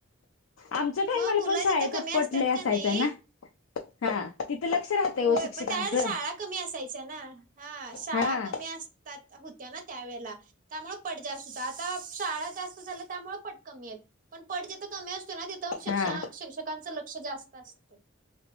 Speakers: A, on the left (about 70°); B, on the right (about 40°).
A: आमच्या टाइमला
B: मग मुलं
A: पण शाळेचा
B: जिथं कमी
A: पट
B: असतात
A: लई असायचं
B: का नाही
A: ना हा. तिथं लक्ष राहतय
B: होय
A: ओ शिक्षकांचं.
B: पण त्यावेळेला शाळा कमी असायच्या ना हा शाळा
A: हा
B: कमी असतात होत्या ना त्यावेळेला त्यामुळे पट जास्त होता, आता शाळा जास्त झाल्या त्यामुळे पट कमी आहेत. पण पट जिथं कमी असतोय ना तिथं शिक्ष
A: हा
B: शिक्षकांचं लक्ष जास्त असतय.